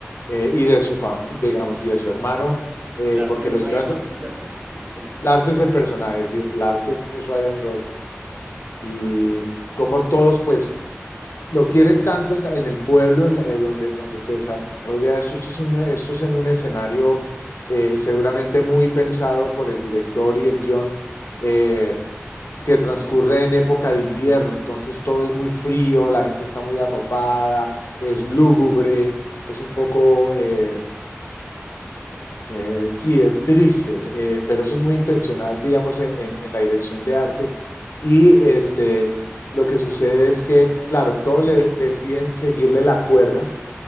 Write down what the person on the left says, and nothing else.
eh, y de su familia, digamos, y de su hermano, eh,
porque
lo llevan.
Lars es el personaje, es decir, Lars es Ryan Gosling. Y cómo todos, pues, lo quieren tanto en, la- en el pueblo en la- eh, donde, donde se desarrolla esto. Esto es, un- esto es en un escenario eh, seguramente muy pensado por el director y el guión, eh, que transcurre en época de invierno. Entonces todo es muy frío, la gente está muy arropada, es lúgubre, es un poco eh, eh, sí, es triste, eh, pero eso es muy intencional, digamos, en, en- en la dirección de arte. Y este, lo que sucede es que, claro, todos le deciden seguirle la cuerda